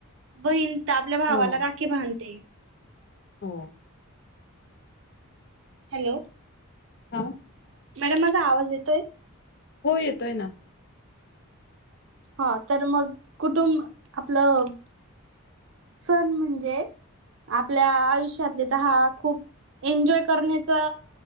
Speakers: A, on the right (about 55°); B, on the left (about 45°).
A: बहीण. तर आपल्या भावाला
B: हो
A: राखी बांधते.
B: हो.
A: हॅलो.
B: हां.
A: मॅडम माझा आवाज येतोय.
B: हो येतोय ना.
A: हा तर मग कुटुंब आपलं. सण म्हणजे आपल्या आयुष्यातले तर हा खूप. एन्जॉय करण्याचा